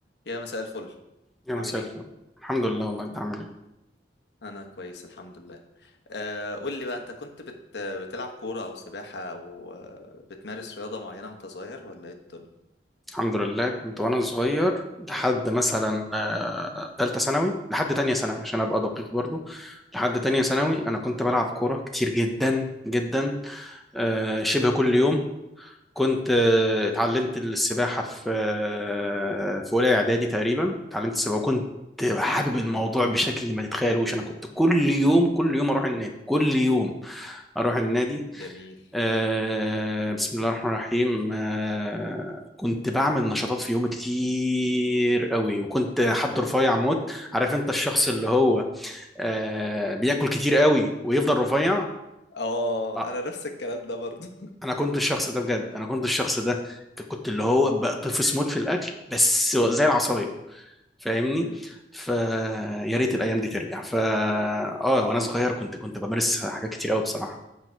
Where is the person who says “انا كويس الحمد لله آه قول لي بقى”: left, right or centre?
Left